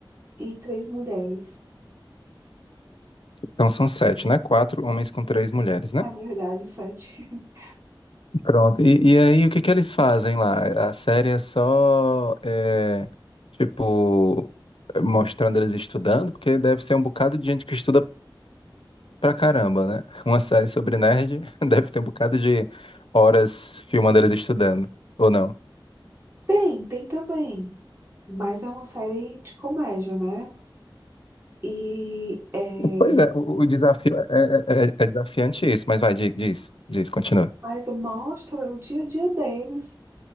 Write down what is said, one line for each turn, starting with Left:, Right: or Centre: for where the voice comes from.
Right: e três mulheres.
Left: Então são sete, né? Quatro homens com três mulheres, né?
Right: É verdade, sete. <laughs>
Left: Pronto. E, e aí, o que que eles fazem lá? A série é só, é, tipo, mostrando eles estudando, porque deve ser um bocado de gente que estuda pra caramba, né? Uma série sobre nerd <laughs> deve ter um bocado de horas filmando eles estudando, ou não?
Right: Tem, tem também, mas é uma série de comédia, né? E é,
Left: Pois é, o, o desafio é, é- é- é desafiante isso, mas vai, di- diz, diz, continua.
Right: Mas mostra o dia a dia deles.